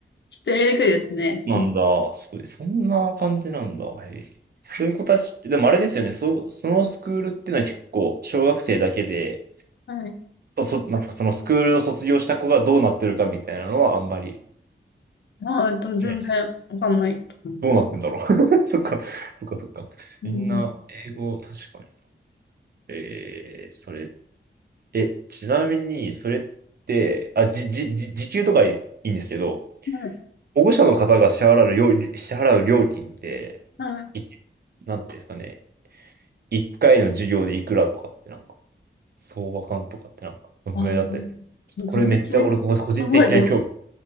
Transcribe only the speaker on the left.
とやりにくいですね。その
はい。
まあ、多分全然わかんないと思う。
うん。
はい。
はい。
あ、
全然考えて、
考